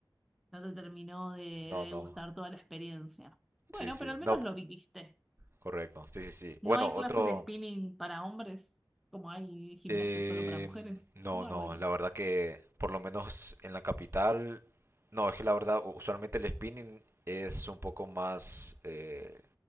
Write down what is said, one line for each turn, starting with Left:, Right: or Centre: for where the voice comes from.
Centre: no te terminó de, de
Right: No, no.
Centre: gustar toda la experiencia. Bueno,
Right: Sí, sí.
Centre: pero al menos
Right: No,
Centre: lo viviste.
Right: correcto. Sí, sí, sí.
Centre: No
Right: Bueno,
Centre: hay clases
Right: otro...
Centre: de spinning para hombres, como hay gimnasia
Right: Eh,
Centre: solo para mujeres.
Right: no,
Centre: Guardians.
Right: no, la verdad que por lo menos en la capital, no, es que la verdad u- usualmente el spinning es un poco más eh,